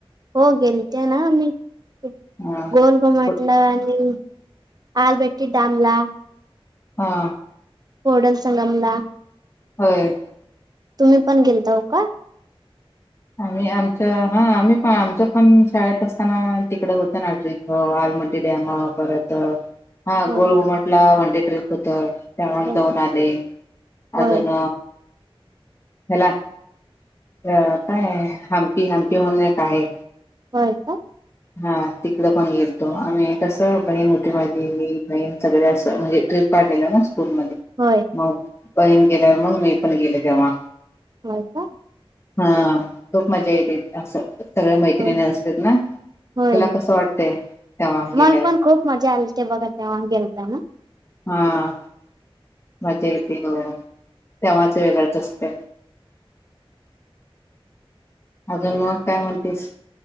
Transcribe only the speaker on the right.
हो गेलते ना मी. ते
गोल <unintelligible>
आणि आलबट्टी डॅम ला.
<unintelligible> ला.
तुम्ही पण गेलताओ का?
होय
होय
होय
होय का?
होय.
होय काय?
होय
होय,
मला
पण खूप मजा आली. ते बघा तेव्हा गेलता ना.